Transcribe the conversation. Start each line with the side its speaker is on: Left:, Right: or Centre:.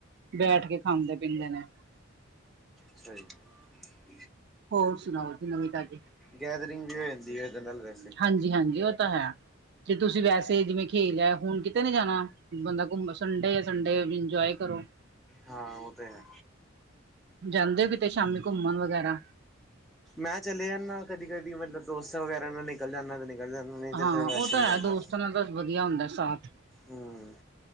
Right: ਬੈਠ ਕੇ ਖਾਂਦੇ ਪੀਂਦੇ ਨੇ
Centre: <unintelligible>
Right: ਹੋਰ ਸੁਣਾਓ ਜੀ ਨਵੀਂ ਤਾਜ਼ੀ
Centre: ਗੈਦਰਿੰਗ ਵੀ ਹੋ ਜਾਂਦੀ ਇਹਦੇ ਨਾਲ ਤੇ
Right: ਹਾਂਜੀ ਹਾਂਜੀ ਉਹ ਤਾਂ ਹੈ ਤੇ ਤੁਸੀਂ ਵੈਸੇ ਜਿਵੇਂ ਖੇਲ ਲਿਆ ਹੁਣ ਕਿਤੇ ਨੀ ਜਾਣਾ ਬੰਦਾ ਘੁੰਮੇ ਸੰਡੇ ਸੰਡੇ ਇੰਜੋਏ ਕਰੋ
Centre: ਹਾਂ ਉਹ ਤੇ ਹੈ
Right: ਜਾਂਦੇ ਕੀਤੇ ਸ਼ਾਮੀ ਘੁੰਮਣ ਵਗੈਰਾ
Centre: ਮੈਂ ਚਲੇ ਜਾਂਦਾ ਕਦੀ ਕਦੀ ਮਤਲਬ ਦੋਸਤਾਂ ਵਗੈਰਾ ਨਾਲ ਨਿਕਲ ਜਾਂਦਾ ਤੇ ਨਹੀਂ ਪਾਹਲਾ ਹੁਣ ਨਹੀਂ ਤਾਂ
Right: ਹਾਂ
Centre: ਫਿਰ ਵੈਸੇ
Right: ਉਹ ਤਾਂ
Centre: ਨਹੀਂ ਜਾਂਦਾ
Right: ਹੈ ਦੋਸਤਾਂ ਨਾਲ ਤਾਂ ਵਧੀਆ ਹੁੰਦਾ ਸਾਥ
Centre: ਹਮ